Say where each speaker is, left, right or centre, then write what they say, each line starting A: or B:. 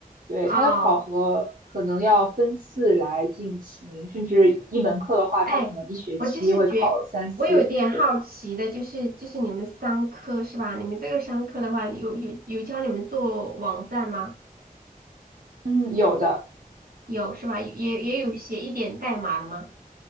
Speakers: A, on the right; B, on the right.
A: 对，
B: 哦，
A: 它的考核可能要分次来进行，甚至一门课的话，
B: 哎，
A: 它可能一学期会考三次。
B: 我就是觉，我有点好奇的，
A: 对，
B: 就是就是你们商科是吧？你们这个商科的话，有有有教你们做网站吗？
A: 嗯，有的，
B: 有是吧？也也有写一点代码的吗？